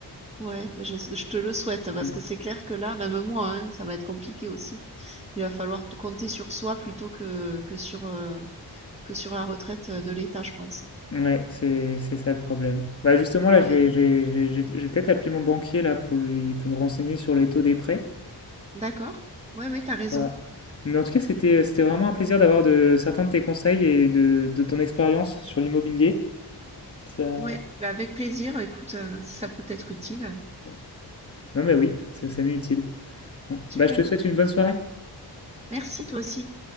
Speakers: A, on the right; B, on the left.
A: Ouais, mais je, je te le souhaite parce
B: Mm.
A: que c'est clair que là, même moi, hein, ça va être compliqué aussi. Il va falloir t- compter sur soi plutôt que, que sur, euh, que sur la retraite de l'État, je pense.
B: Ouais, c'est c'est ça le problème. Bah, justement, là, je
A: Ouais,
B: vais, je vais, je vais- je vais- je vais peut-être appeler mon banquier là pour lui, pour me renseigner sur les taux des prêts.
A: d'accord. Ouais, ouais, t'as raison.
B: Voilà. Mais en tout cas, c'était, euh, c'était vraiment un plaisir d'avoir de certains de tes conseils et de, de ton expérience sur l'immobilier. Ça...
A: Ouais, bah avec plaisir, écoute, euh, si ça peut être utile,
B: ouais. Non mais oui, ça, ça m'est utile. Bon.
A: super.
B: Bah, je te souhaite une bonne soirée.
A: Merci toi aussi.